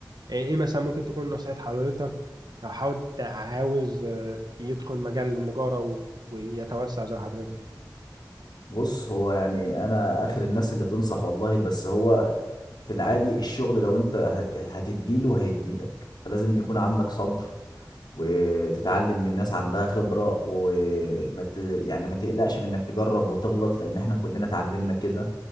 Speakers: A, on the right (about 65°); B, on the left (about 70°).
A: ايه إيه مثلا ممكن تكون نصيحة حضرتك لو حد عاوز آه، يدخل مجال النجارة و- ويتوسع زي حضرتك
B: بص هو يعني انا اخر الناس اللي تنصح والله بس هو في العادي الشغل لو انت ه- هتديله هيديلك فلازم تكون عندك صبر وتتعلم من ناس عندها خبرة وما ت... يعني ما تقلقش من انك تجرب وتغلط لان احنا كلنا اتعلمنا كده